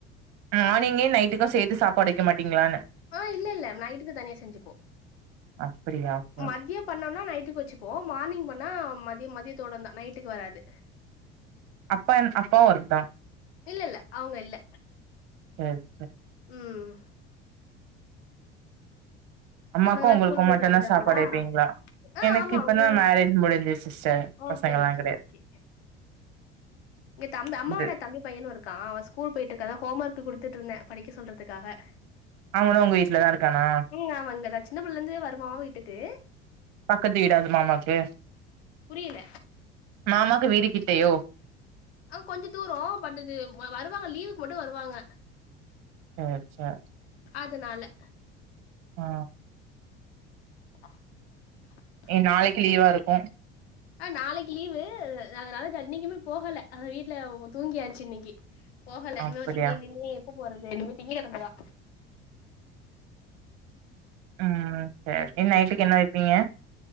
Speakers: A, on the right; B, on the left.
A: மார்னிங்கே நைட்டுக்கு சேர்த்து சாப்பாடு வைக்க மாட்டீங்ளானு
B: ஆ இல்லல்ல நைட்டுக்கு தனியா செஞ்சுப்போ
A: அப்டியா ஓகே
B: மதியோ
A: ஓகே
B: பண்ணோன்னா நைட்டுக்கு வைச்ப் இப்போ மார்னிங் பண்ணா மதியம் மதியத்தோட தா நைட்டுக்கு வராது.
A: அப்பன் அப்பாவு ஒர்க் தா
B: இல்ல இல்ல அவங்க இல்ல
A: <unintelligible>
B: ம்
A: அம்மாக்கு
B: பசங்கல்லா
A: உங்களுக்கு
B: ஸ்கூல் பொய்ட்டு
A: மட்டுந்தா
B: வந்துட்டாங்களா
A: சாப்பாடு வைப்பீங்களா
B: அ
A: எனக்கு
B: ஆமாங்கே
A: இப்பதா மேரேஜ் முடிஞ்சுது சிஸ்டர்
B: ஓகே
A: பசங்கல்லா
B: ஓகே
A: கெடையாது
B: ஓகே இங்க தம்பு அம்மோட
A: இது
B: தம்பி பையனு கா அவன் ஸ்கூல் பொய்ட்டு இருக்கா அதா ஹோம் ஒர்க் கொடுத்துட்டு இருந்தே படிக்க சொல்றதுக்காக
A: அவனு உங்க வீட்லதா இருக்கானா
B: ம் அவ இங்கதா சின்ன புள்ளருந்து வருவா வீட்டுக்கு
A: பக்கத்து வீடா அது மாமாக்கு
B: புரியல
A: மாமாக்கு வீடு கிட்டையோ
B: அவ் கொஞ்சோ தூரோ பட் இது வ வருவாங்க லீவ்க்கு மட்டு வருவாங்க
A: <unintelligible>
B: அதுனால
A: ஆ
B: <inaudible>
A: எ நாளைக்கு லீவாருக்கு
B: ஆ நாளைக்கி லீவு அதனால ஜா இன்னைக்குமே போகல அது வீட்ல தூங்கியாச்சு இன்னைக்கி போகல
A: அப்படியா
B: இனிமே திங்கேனின்னே எப்ப போறது இனிமே திங்ககெழம தா
A: ம் சர் நைட்டுக்கு என்ன வெப்பீங்க